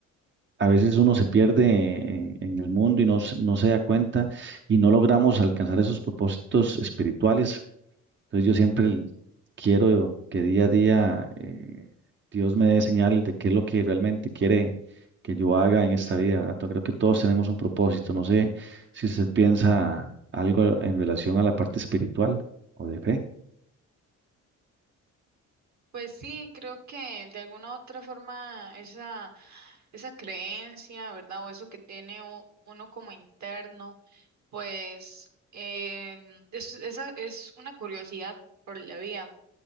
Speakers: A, on the right; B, on the right.
A: a veces uno se pierde en, en el mundo y no, se- no se da cuenta y no logramos alcanzar esos propósitos espirituales entonces yo siempre quiero que día a día eh, Dios me dé señales de qué es lo que realmente quiere que yo haga en esta vida, ¿verdad? Pero Creo que todos tenemos un propósito. No sé si usted piensa algo en relación a la parte espiritual o de fe.
B: Pues sí, creo que de alguna u otra forma esa, esa creencia, ¿verdad? O eso que tiene u- uno como interno, pues em, es, esa es una curiosidad por la vida,